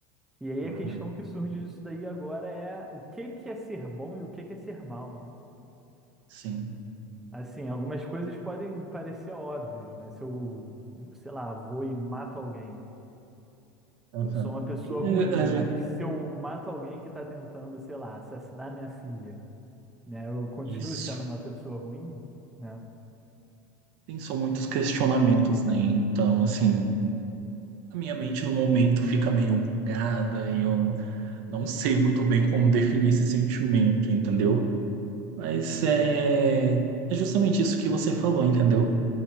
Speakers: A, in the centre; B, on the right.
A: E aí
B: Aham,
A: a questão que surge disso daí agora é o que que é ser bom e o que que é ser mal, né?
B: Sim.
A: Assim, algumas coisas podem parecer óbvias, né? Se eu, sei lá, vou e mato alguém,
B: Aham.
A: eu sou uma pessoa
B: E,
A: ruim,
B: é,
A: mas
B: é, é,
A: se eu mato alguém que está tentando, sei lá, assassinar minha filha, né? Eu continuo
B: Isso.
A: sendo uma pessoa ruim, né?
B: Tem são muitos questionamentos, né? Então, assim, a minha mente no momento fica meio bugada e eu não sei muito bem como definir esse sentimento, entendeu? Mas é, é justamente isso que você falou, entendeu?